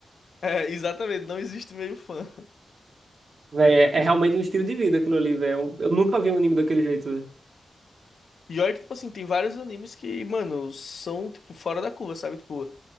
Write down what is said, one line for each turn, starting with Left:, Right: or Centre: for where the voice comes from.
Left: É, exatamente, não existe meio fã.
Right: velho. É, é realmente um estilo de vida aquilo ali, velho. Eu eu nunca vi um anime daquele jeito, velho.
Left: E olha que, tipo assim, tem vários animes que, mano, são, tipo, fora da curva, sabe? Tipo,